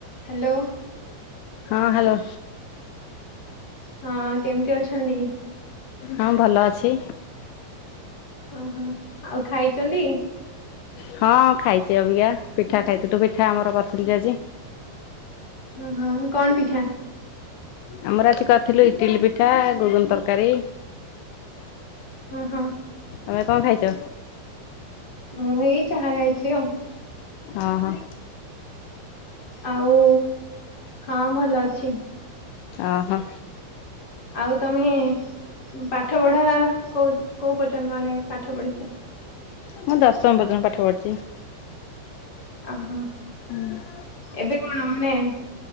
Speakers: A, on the left; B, on the left.
A: Hello.
B: ହଁ hello.
A: ହଁ କେମିତି ଅଛନ୍ତି?
B: ହଁ ଭଲ ଅଛି।
A: ଓହୋ। ଆଉ ଖାଇଚନ୍ତି?
B: ହଁ ଖାଇଚି ଅବିକା ପିଠା ଖାଇଥିଲୁ ପିଠା ଆମର କରିଥିଲୁ ଯେ ଆଜି।
A: ଓ ହଁ। କଣ ପିଠା?
B: ଆମର ଆଜି କରିଥିଲୁ ଇଟିଲି ପିଠା ଘୁଗୁନି ତରକାରୀ।
A: ଅ ହଁ।
B: ତମେ କଣ ଖାଇଚ?
A: ମୁଁ ହେଇ ଚାହା ଖାଇଥିଲି ଆଉ।
B: ଅ ହ।
A: ଆଉ ହଁ ଭଲ ଅଛି।
B: ଅ ହ।
A: ଆଉ ତମେ ପାଠ ପଢା କୋଉ କୋଉ ପର୍ଯ୍ୟନ୍ତ ମାନେ ପାଠ ପଢିଚ?
B: ମୁଁ ଦଶମ ପର୍ଯ୍ୟନ୍ତ ପାଠ ପଢିଚି।
A: ଅ ହଁ।
B: ହୁଁ।
A: ଏବେ କଣ ମାନେ